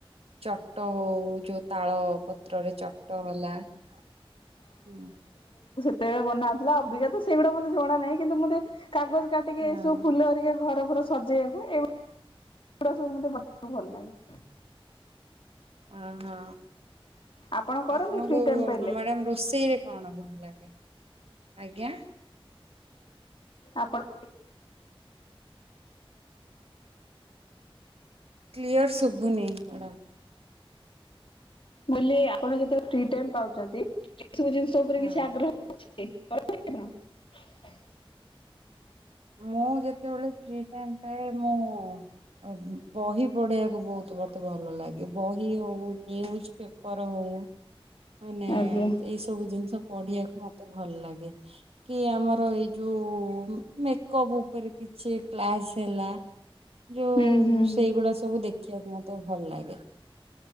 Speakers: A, on the right; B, on the left.
A: ଚଟ ହଉ। ଉ ଯଉ ତାଳ ପତ୍ରରେ ଚଟ ହେଲା ହୁଁ।
B: ସେତବେଳେ ବନାଉଥିଲା ଅଭିକା ତ ସେଗୁଡା ମୋତେ ଜଣା ନାହିଁ କିନ୍ତୁ ମୋତେ କାଗଜ କାଟିକି
A: ହଁ।
B: ଏସବୁ ଫୁଲ ହରିକା ଘର ଫର ସ ସଜେଇବାକୁ ଏଭଳି ଏ ଗୁଡା ସବୁ ମତେ ଭଲ ଲାଗେ ।
A: ହଁ ହଁ
B: ଆପଣ କରନ୍ତି
A: ଆପଣଙ୍କୁ
B: ଫ୍ରି ଟାଇମ ପାଇଲେ
A: ମ୍ୟାଡାମ ରୋଷେଇରେ କଣ ଭଲ ଲାଗେ? ଆଜ୍ଞା ।
B: ଆପଣ <inaudible>
A: କ୍ଲିୟର ଶୁଭୁନି ଡ଼ା
B: ବ ଆପଣ ଯେତେ ଫ୍ରୀ ଟାଇମ ପାଉଛନ୍ତି ଏ ସବୁ ଜିନିଷ ଉପରେ
A: ହଁ
B: କିଛି ଆଗ୍ରହ ଅଛି । <inaudible>
A: ମୁଁ ଯେତେବେଳେ ଫ୍ରି ଟାଇମ୍ ପାଏ ମୁଁ ବହି ପଢିଆକୁ ବହୁତ ଭ ମତେ ଭଲ ଲାଗେ ବହି ହଉ ନିୟୁଜ ପେପର ହଉ ମାନେ
B: ଆଜ୍ଞା
A: ଏଇ ସବୁ ଜିନିଷ ପଢିବାକୁ ମତେ ଭଲ ଲାଗେ କି ଆମର ଏଇ ଯୋଉ ମେକପ ଉପରେ କିଛି କ୍ଲାସ ହେଲା ଯୋଉ
B: ହୁଁ ହୁଁ
A: ସେଇଗୁଡା ସବୁ ଦେଖି ଖିଆ କୁ ମତେ ଭଲ ଲାଗେ ।